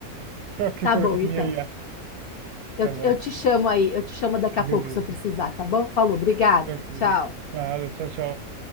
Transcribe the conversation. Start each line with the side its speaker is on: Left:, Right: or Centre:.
Right: Tchau, que
Left: tá
Right: pergunta
Left: bom, então.
Right: minha aí. ah.
Left: Eu,
Right: Tá bom.
Left: eu te chamo aí, eu te chamo daqui a
Right: Beleza.
Left: pouco se eu precisar, tá bom? Falou, obrigada.
Right: Tranquilo.
Left: Tchau.
Right: Nada, tchau, tchau.